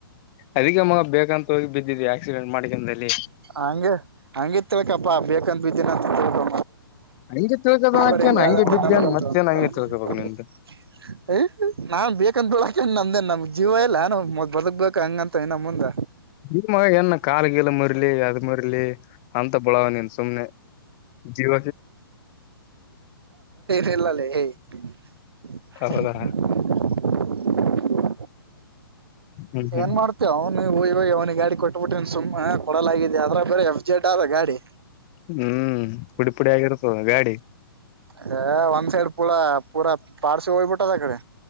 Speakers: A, on the left (about 30°); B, on the right (about 85°).
A: ಅದಿಕ್ಕೆ ಮಗ ಬೇಕಂತ ಹೋಗಿ ಬಿದ್ದಿದ ಆಕ್ಸಿಡೆಂಟ್ ಮಾಡಿಕೊಂಡ ಅಲ್ಲಿ
B: ಹಂಗೆ ಹಂಗೆ ತಿಳ್ಕಪ್ಪಾ ಬೇಕಂತ ಬಿದ್ದೀನಂತ ತಿಳ್ಕೊ
A: ಹಂಗೆ ತಿಳ್ಕದನಕೇನ್
B: <unintelligible>
A: ಹಂಗೆ ಬಿದ್ದೇನ್ ಮತ್ತೇನ್ ಹಂಗೆ ತಿಳ್ಕೋಬೇಕು ನಿಂದು
B: ಯ ನಾನ್ ಬೇಕಂತ ಬೀಳಕ ನಂದ್ ಏನ್ ನಮ ಜೀವ ಇಲ್ಲ ನಾವ ಮ ಬದಗ್ಬೇಕ ಹಂಗಂತ ಇನ್ನ ಮುಂದ
A: ಈ ಮ ಏನ ಕಾಲ ಗಿಲ ಮುರಲಿ ಅದ ಮುರಿಲಿ ಅಂತ ಬಳಾ ನೀನ್ ಸುಮ್ನೆ ಜೀವ
B: <unintelligible>
A: ಹೌದಾ ಹ್ಮ್ ಹ್ಮ್
B: ಏನ್ ಮಾಡ್ತ ಅವನ ವುಯ್ ವುಯ್ ಇವ್ನ ಅವನಿಗ ಗಾಡಿ ಕೊಟ್ಟ ಬಟ್ಟ ಸುಮ್ಮ ಕೊಡಲಾಗಿದ ಆದ್ರ ಬೇರೆ ಎಫ್ ಜೆಡ್ ಅದ ಗಾಡಿ
A: ಹ್ಮ ಪುಡಿ ಪುಡಿ ಆಗಿರತ ಅದ ಗಾಡಿ
B: ಯ ಒಂದ್ ಸೈಡ್ ಪೂಳ ಪೂರ ಪಾರ್ಸಿ ಹೋಗ್ಬಿಟ್ಟದ ಅ ಕಡೆ